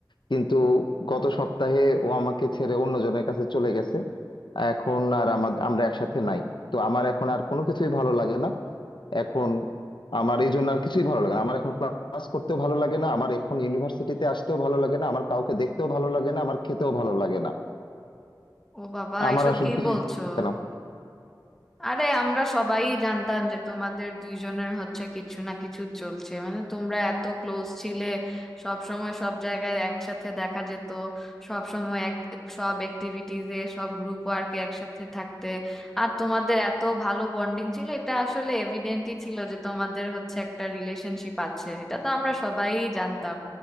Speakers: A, on the left (about 75°); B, in the centre.
A: কিন্তু গত সপ্তাহে ও আমাকে ছেড়ে অন্যজনের কাছে চলে গেছে এখন আর আমাদের আমরা একসাথে নাই তো আমার এখন আর কোনো কিছুই ভালো লাগে না এখন আমার এই জন্য আর কিছুই ভালো লাগে না আমার এখন ক্লাস করতেও ভালো লাগে না আমার এখন ইউনিভার্সিটিতে আসতেও ভালো লাগে না আমার কাউকে দেখতেও ভালো লাগে না আমার খেতেও ভালো লাগে না
B: ও বাবা
A: আমার
B: এসব
A: আসলে
B: কি
A: কিছুই
B: বলছো
A: ভালো লাগে না।
B: আরে আমরা সবাই জানতাম যে তোমাদের দুইজনের হচ্ছে কিছু না কিছু চলছে মানে তোমরা এত ক্লোজ ছিলে সব সময় সব জায়গায় একসাথে দেখা যেত সব সময় এক সব অ্যাক্টিভিটিজে সব গ্রুপ ওয়ার্কে একসাথে থাকতে আর তোমাদের এত ভালো বন্ডিং ছিল এটা আসলে এভিডেন্টই ছিল যে তোমাদের হচ্ছে একটা রিলেশনশিপ আছে এটা তো আমরা সবাই জানতাম